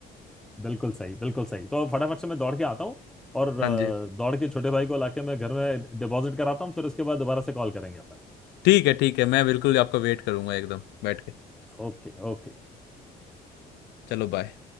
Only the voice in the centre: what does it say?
बिल्कुल सही बिल्कुल सही तो फटाफट से मैं दौड़ के आता हूँ और
अ,
दौड़ के छोटे भाई को लाके मैं घर में डिपॉजिट कराता हूँ फिर उसके बाद दोबारा से कॉल करेंगे अपन
Okay okay